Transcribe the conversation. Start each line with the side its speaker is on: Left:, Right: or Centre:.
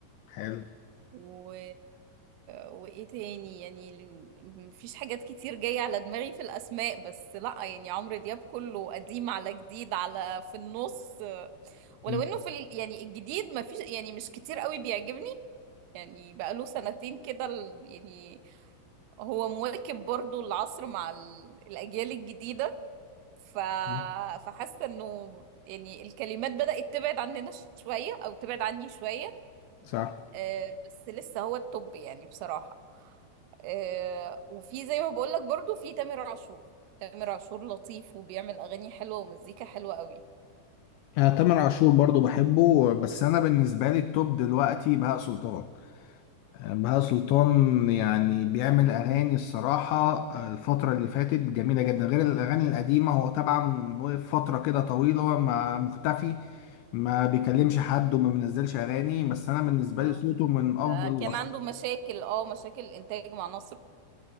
Left: حلو
Right: و... وايه تاني يعني مفيش حاجات كتير جاية على دماغي في الأسماء بس لأ يعني عمرو دياب كله قديم على جديد على في النص ولو
Left: مم.
Right: انه في ال... يعني الجديد ما فيش يعني مش كتير قوي بيعجبني يعني بقاله سنتين كده ال- يعني هو مواكب برضو العصر مع ال... الاجيال الجديدة ف...
Left: مم.
Right: فحاسة انه يعني الكلمات بدأت تبعد عننا شوية او تبعد عني شوية
Left: صح
Right: آه بس لسه هو التوب يعني بصراحة آه وفي زي ما بقولك برضو في تامر عاشور تامر عاشور لطيف وبيعمل اغاني حلوة ومزيكا حلوة قوي
Left: انا تامر عاشور برضو بحبه بس انا بالنسبه لي التوب دلوقتي بهاء سلطان بهاء سلطان يعني بيعمل أغاني الصراحة الفترة اللي فاتت جميلة جدا غير الأغاني القديمة هو طبعا وقف فترة كده طويلة هو ما مختفي ما بيكلمش حد وما بينزلش أغاني بس أنا بالنسبة
Right: ما
Left: لي صوته من
Right: ما
Left: أفضل
Right: كان
Left: الأصوات
Right: عنده مشاكل اه مشاكل انتاج مع نصر